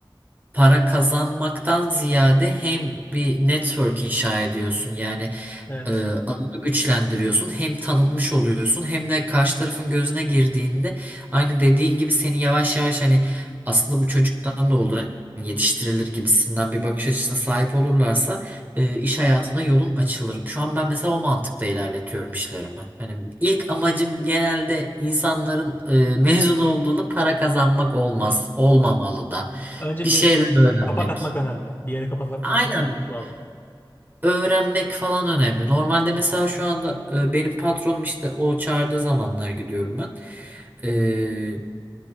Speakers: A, on the right; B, on the left.
A: para kazanmaktan ziyade hem bir network inşa ediyorsun. Yani
B: Evet.
A: Ee, alanı güçlendiriyorsun. Hem tanınmış oluyorsun hem de karşı tarafın gözüne girdiğinde aynı dediğin gibi seni yavaş yavaş hani aslında bu çocuktan da olur hani yetiştirilir gibisinden bir bakış açısına sahip olurlarsa e, iş hayatına yolun açılır. Şu an ben mesela o mantıkta ilerletiyorum işlerimi. Hani ilk amacım genelde insanların e, <laughs> mezun olduğunda para kazanmak olmaz.
B: <laughs>
A: Olmamalı da.
B: Önce
A: Bir
B: bir
A: şeyler
B: yere
A: öğrenmek.
B: kapak atmak önemli. Bir yere kapak,
A: Aynen
B: kapak atmak lazım.
A: öğrenmek falan önemli. Normalde mesela şu anda e, benim patronum işte o çağırdığı zamanlar gidiyorum ben. E,